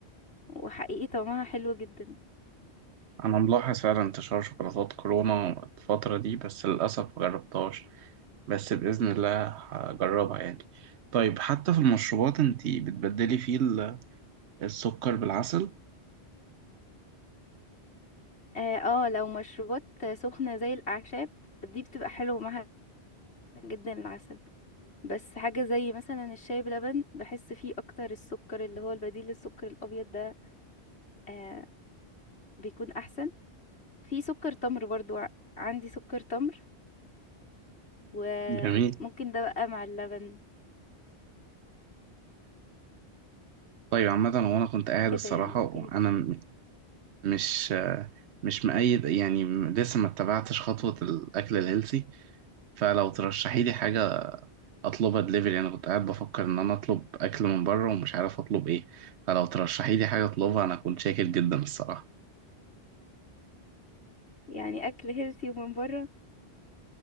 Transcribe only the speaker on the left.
وحقيقي طعمها حلو جدا
اه آه، لو مشروبات سخنه زي الاعشاب دي بتبقى حلوه معاها جدا العسل بس حاجة زي مثلا الشاي بلبن بحس فيه اكتر السكر اللي هو البديل للسكر الابيض ده آه بيكون احسن في سكر تمر برضو ع- عندي سكر تمر وممكن
ده بقى مع اللبن
كده
يعني ممكن
يب-
يعني اكل هيلثي ومن بره